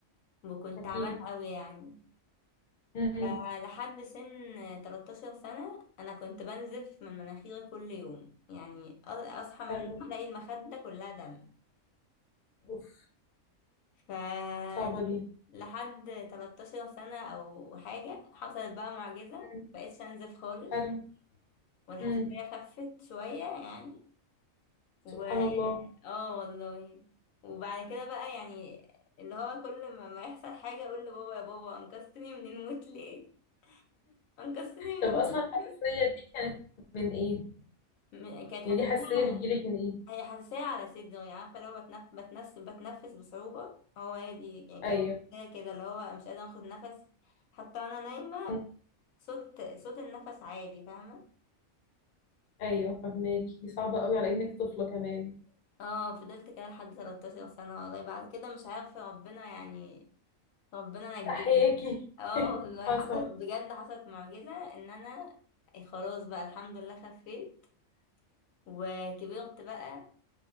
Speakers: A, on the left; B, on the left.
A: وكنت
B: اكيد
A: تعبانه قوي يعني
B: م.
A: فلحد سن 13 سنه انا كنت بنزف من مناخيري كل يوم يعني أ- اصحى من
B: حلو
A: النوم الاقي المخده كلها دم
B: اوف
A: فلحد
B: صعبة دي
A: 13 سنه او حاجه حصلت بقى معجزه
B: م.
A: مبقتش انزف خالص
B: حلو
A: والحساسيه
B: امم
A: خفت شويه يعني و
B: سبحان الله
A: اه والله وبعد كده بقى يعني اللي هو كل ما ما يحصل حاجة اقول لبابا يا بابا انقذتني من الموت ليه انقذتني من
B: طب اصلا
A: الموت
B: الحساسيه
A: ليه
B: دي كانت من ايه
A: م- كانت حساسية
B: يعني دي حساسيه
A: على
B: بتجيلك من ايه
A: هي حساسية على صدري يعني عارفة لو بتنف... بتنفس بتنفس بصعوبة هو هي دي يعني
B: ايوه
A: كانت حساسية كده اللي هو مش قادرة اخد نفس حتى وانا نايمة
B: مم.
A: صوت صوت النفس عالي فاهمة
B: ايوه فهماكي دي صعبه قوي على انك طفله كمان
A: اه فضلت كده لحد 13 سنة والله بعد كده مش عارفة ربنا يعني ربنا نجاني
B: احياكي
A: اه
B: <laughs>
A: والله حصلت
B: حصل
A: بجد حصلت معجزة ان انا إيه، خلاص بقى الحمد لله خفيت وكبرت بقى